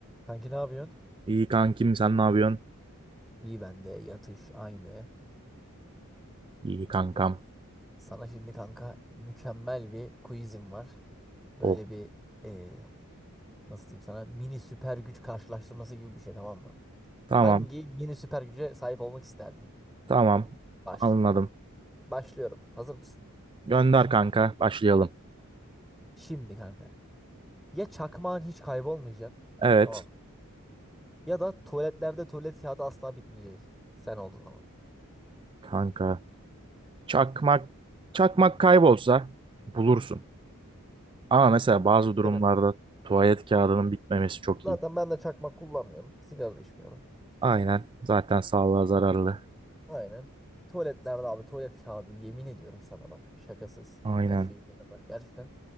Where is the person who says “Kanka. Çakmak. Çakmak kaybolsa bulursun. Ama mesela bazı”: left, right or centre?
Right